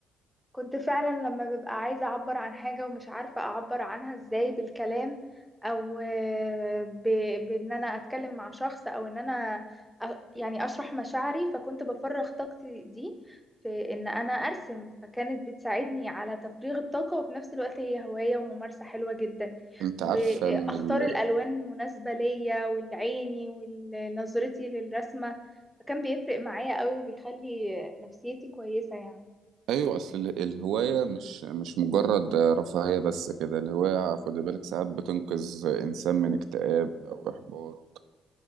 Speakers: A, in the centre; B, on the right.
A: كنت فعلا لما ببقى عايزة أعبر عن حاجة ومش عارفة أعبر عنها إزاي بالكلام أو آه، ب... بإن أنا أتكلم مع شخص أو إن أنا أ... يعني أشرح مشاعري فكنت بفرغ طاقتي دي في إن أنا أرسم فكانت بتساعدني على تفريغ الطاقة وفي نفس الوقت هي هواية وممارسة حلوة جدا
B: انت
A: وأختار
B: عارفة ان ال...
A: الألوان المناسبة ليا والعيني ونظرتي للرسمة فكان بيفرق معايا قوي وبيخلي نفسيتي كويسة يعني
B: ايوه اصل ال- الهواية مش مش مجرد رفاهية بس كده الهواية خد بالك ساعات بتنقذ انسان من اكتئاب او احباط